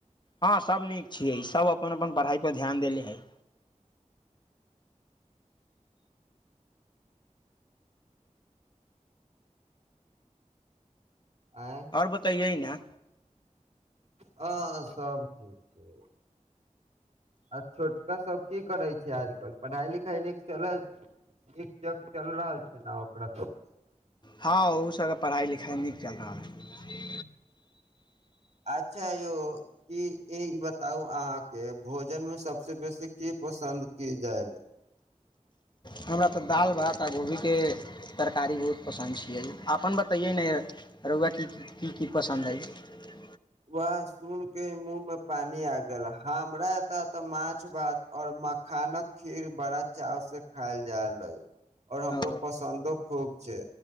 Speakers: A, on the left (about 35°); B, on the right (about 55°).
A: हँ सभ नीक छियै सभ अपन अपन पढ़ाइपर ध्यान देले हइ
B: आय
A: आओर बताएयै ने आ
B: हँ सभ ठीक छै आ छोटकाभ की करै छै आजकल पढ़ाइ लिखाइ नीक चलै नीक ज चलि रहल छै ने ओकरा सभके
A: हँ ओहू सभके पढ़ाइ लिखाइ नीक चलि रहल हइ
B: अच्छा यौ क ई बताउ अहाँके भोजनमे सभसँ बेसी की पसन्द की जायल
A: हमरा तऽ दालि भात आ गोभीके तरकारी बहुत पसन्द छियै अपन बतैयै ने रौआ की की की पसन्द हइ
B: वए सुन के मुँह मे पानी आ गेल हमरा एतय ए तऽ माछ भात ओर मखानक खीर बड़ा चाव से खायल जायल अ ओर हमरो
A: ओ
B: पसन्दो खूब छै